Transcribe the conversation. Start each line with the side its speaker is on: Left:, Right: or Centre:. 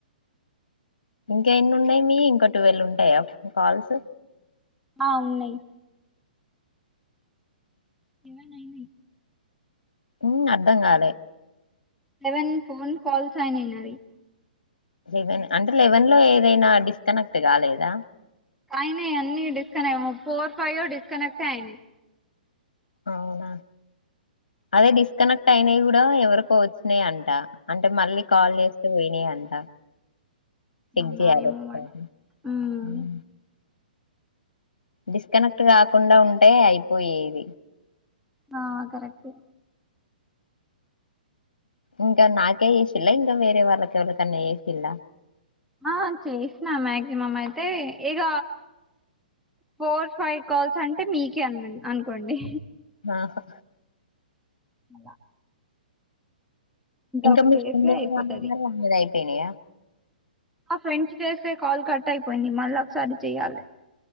Left: ఇంకా ఎన్ని ఉన్నాయి మీ ఇంకా టువెల్ ఉంటాయా కాల్స్
Centre: ఆ ఉన్నాయ్ సెవెన్ అయినాయి
Left: మ్మ్ అర్ధం కాలే
Centre: సెవెన్ ఫోన్ కాల్స్ అయినయ్ నావి
Left: లెవెన్ అంటే లెవెన్ లో ఏదైనా డిస్ కనెక్ట్ కాలేదా
Centre: అయినాయి అన్నీ డిస్కనేమో ఫోర్ ఫైవ్ డిస్కనెక్ట్ అయినాయ్
Left: అవునా అదే డిస్కనెక్ట్ అయినావి కూడా ఎవరికో వచ్చినాయి అంట అంటే మళ్ళీ కాల్ చేస్తే పోయినాయి అని ఆ చించి
Centre: అవునా
Left: ఆరేత్తారు
Centre: ఏమో మరి ఉమ్
Left: మ్మ్ డిస్కనెక్ట్ కాకుండా ఉంటే అయిపోయేది
Centre: ఆ కరెక్టే
Left: ఇంకా నాకే చేసిల్లా ఇంకా వేరే వాళ్ళకి ఎవరికన్నా చేసిల్లా
Centre: ఆ చేసినా మాగ్జిమం అయితే ఇగ ఫోర్ ఫైవ్ కాల్స్ అంటే మీకే అం అనుకోండి.
Left: ఆహా
Centre: అలా
Left: ఇంకా
Centre: ఒకటి
Left: మీ ఫ్రెండ్
Centre: చేస్తే అయిపోతది
Left: <unintelligible> పేనయా
Centre: ఆ ఫ్రెండ్స్ చేస్తే కాల్ కట్ అయిపోయింది మళ్ళీ ఒకసారి చెయ్యాలి